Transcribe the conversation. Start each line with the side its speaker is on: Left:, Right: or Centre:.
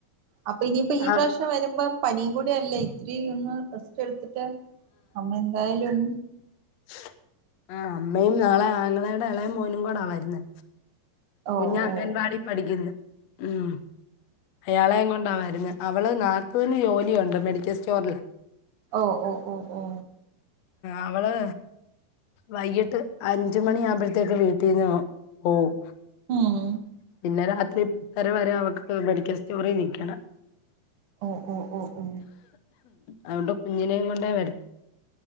Right: അപ്പൊ ഇനിയിപ്പോ ഈ
Left: ആഹ്
Right: പ്രാശ്യം- വരുമ്പം പനിം കൊണ്ട് ല്ലെ ഇത്തിരി ഒന്ന് റസ്റ്റ് എടുത്തിട്ട്- <inaudible> അമ്മ എന്തായാലും
Left: <inaudible> ആ അമ്മയും നാളെ ആങ്ങളെടെ ഇളയ മോനുംകൂടവരുന്നേ
Right: ഓ
Left: കുഞ്ഞ് അംഗൻവാടി
Right: ഓ
Left: പഠിക്കുന്നു. ഉം. ആളെ കൊണ്ടാ വരുന്നത്. അവള് നാത്തൂന് ജോലിയുണ്ട്. മെഡിക്കൽ സ്റ്റോറില്.
Right: ഓ ഓ ഓ ഓ
Left: അവള് വൈകിട്ട് അഞ്ചുമണി ആകുമ്പത്തേക്ക് വീട്ടിൽന്ന് പോകും.
Right: ഉം.
Left: പിന്നെ രാത്രി പത്തര വരെ അവക്ക് മെഡിക്കൽ സ്റ്റോറിൽ നിക്കണം.
Right: ഓ ഓ ഓ ഓ
Left: അതുകൊണ്ട് കുഞ്ഞിനെയും കൊണ്ടേ വര